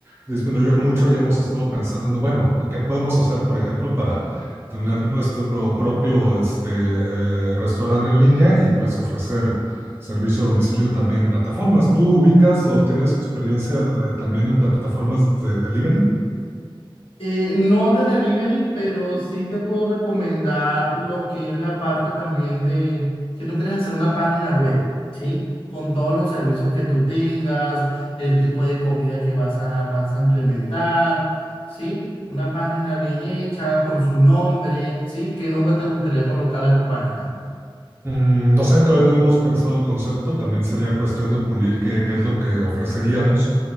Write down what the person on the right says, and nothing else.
disminuyó mucho y hemos estado pensando, bueno, ¿qué podemos hacer, por ejemplo, para tener nuestro propio este, eh, restaurante en línea y pues ofrecer servicio a domicilio también en plataformas? ¿Tú ubicas o tienes experiencia eh, también en plataformas de delivery?
Mm, No sé, todavía no hemos pensado el concepto, también sería cuestión de pulir qué, qué es lo que ofreceríamos.